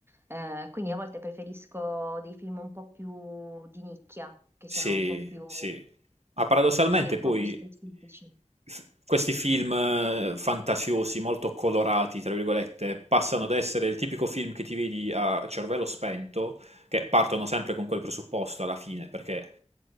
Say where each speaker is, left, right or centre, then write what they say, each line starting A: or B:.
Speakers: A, on the right; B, on the right.
A: Eh, quindi a volte preferisco dei film un po' più di nicchia, che
B: Sì,
A: siano un po' più,
B: sì. Ma paradossalmente
A: sì, un
B: poi
A: po' più specifici.
B: f- questi film eh, fantasiosi, molto colorati, tra virgolette, passano da essere il tipico film che ti vedi a cervello spento, che partono sempre con quel presupposto alla fine, perché